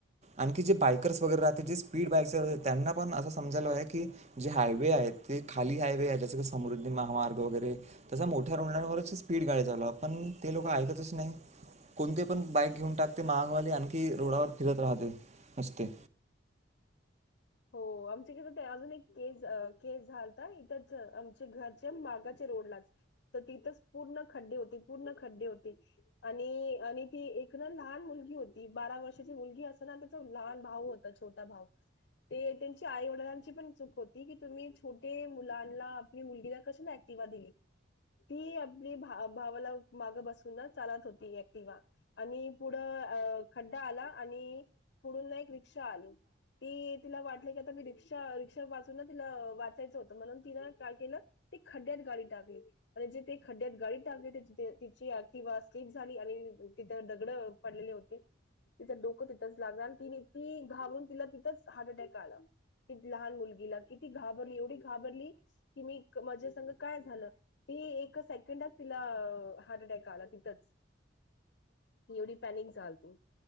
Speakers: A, on the right; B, on the left.
A: आणखी जे बायकर्स वगैरे राहते जे स्पीड बायक्स त्यांना पण असं समजायला की जे हायवे आहे ते खाली हायवे आहे ज समृद्धी महामार्ग वगैरे तसा मोठ्या रुग्णांवरच स्पीड गाड्या चालवा पण ते लोक ऐकतच नाही कोणते पण बाईक घेऊन टाकते महागवाली आणखी रोडावर फिरत राहते नुसते
B: हो आमचे क अजून एक केस केस झालता इथंच आमचे घरचे मागाचे रोडलाच तर तिथंच पूर्ण खड्डे होते पूर्ण खड्डे होते आणि आणि ती एक ना लहान मुलगी होती बारा वर्षाची मुलगी अस ना त्याचा लहान भाऊ होता छोटा भाऊ ते त्यांची आई वडिलांची पण चूक होती की तुम्ही छोटे मुलांना आपली मुलगीला कशाला ऍक्टिवा दिली ती आपली भा भावाला मागं बसून चालत होती ऍक्टिवा आणि पुढं खड्डा आला आणि पुढून एक रिक्षा आली ती तिला वाटलं की आता मी रिक्षा रिक्षा वाचून ना तिला वाचायचं होतं म्हणून तिनं काय केलं ती खड्ड्यात गाडी टाकली आणि जे ते खड्ड्यात गाडी टाकली तेिथे तिची एक्टिवा स्लीप झाली आणि तिथं दगड पडलेले होते तिचं डोकं तिथंच लागलं आणि तिने ती घाबरून तिला तिथंच हार्ट अटॅक लहान मुलगीला किती घाबरली एवढी घाबरली कि मी माझ्या संग काय झालं ती एक सेकंडात तिला हार्ट अटॅक आला तिथच ती एवढी पॅनिक झालती